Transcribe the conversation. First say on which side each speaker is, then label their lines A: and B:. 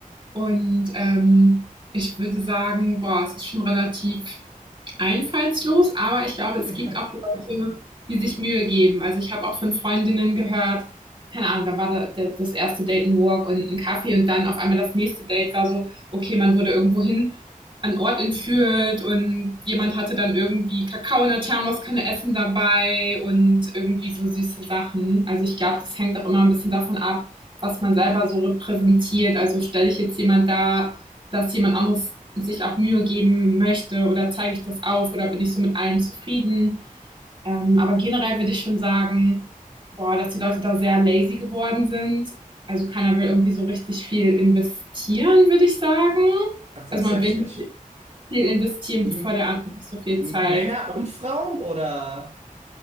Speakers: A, on the right; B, on the right.
A: Und ähm, ich würde sagen, boah, es ist schon relativ einfallslos, aber ich glaube, es
B: <laughs>
A: gibt auch Leute, die sich Mühe geben. Also ich habe auch von Freundinnen gehört, keine Ahnung, da war da, da, das erste Date ein Walk und ein Kaffee und dann auf einmal das nächste Date war so, okay, man wurde irgendwo hin an Ort entführt und jemand hatte dann irgendwie Kakao in der Thermoskanne Essen dabei und irgendwie so süße Sachen. Also ich glaube, das hängt auch immer ein bisschen davon ab, was man selber so repräsentiert. Also stelle ich jetzt jemand da, dass jemand anderes sich auch Mühe geben möchte oder zeige ich das auf oder bin ich so mit allem zufrieden. Ähm, aber generell würde ich schon sagen, boah, dass die Leute da sehr lazy geworden sind. Also keiner will irgendwie so richtig viel investieren, würde ich sagen.
B: Ach, tatsächlich.
A: Also man will viel investieren,
B: Hm.
A: bevor der andere nicht so viel
B: M-
A: zeigt.
B: Männer und Frauen oder